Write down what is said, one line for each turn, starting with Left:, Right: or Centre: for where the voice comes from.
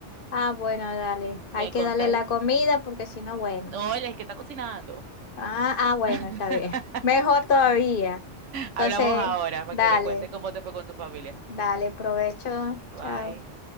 Left: Ah, bueno, dale. Hay
Right: ¿Me
Left: que
Right: contáis?
Left: darle la comida porque si no, bueno.
Right: No, él es el que está cocinando.
Left: Ah, ah, bueno,
Right: <laughs>
Left: está bien. <laughs> Mejor todavía. Entonces,
Right: Hablamos ahora para
Left: dale,
Right: que me cuentes cómo te fue con tu familia.
Left: dale, provecho.
Right: Bye.
Left: Chao.